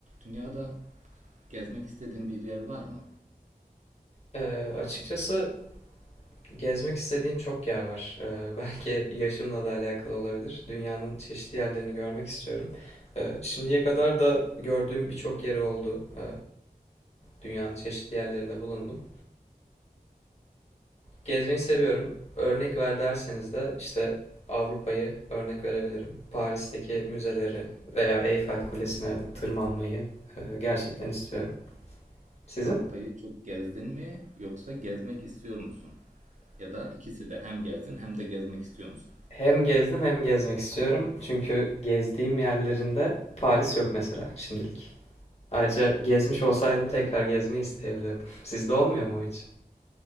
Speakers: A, on the right (about 50°); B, on the left (about 40°).
A: Dünyada gezmek istediğin bir yer var mı?
B: Ee, açıkçası gezmek istediğim çok yer var. Ee, <laughs> belki yaşımla da alakalı olabilir. Dünyanın çeşitli yerlerini görmek istiyorum. Ee, şimdiye kadar da gördüğüm birçok yeri oldu. Ee, dünyanın çeşitli yerlerinde bulundum. Gezmeyi seviyorum. Örnek ver derseniz de işte Avrupa'yı örnek verebilirim. Paris'teki müzeleri veya Eyfel Kulesi'ne tırmanmayı e, gerçekten istiyorum. Sizin?
A: Avrupa'yı çok gezdin mi yoksa gezmek istiyor musun? Ya da ikisi de hem gezdin hem de gezmek istiyor musun?
B: Hem gezdim hem gezmek istiyorum. Çünkü gezdiğim yerlerinde Paris yok mesela şimdilik. Ayrıca gezmiş olsaydım tekrar gezmeyi isteyebilirdim. <laughs> Sizde olmuyor mu o hiç?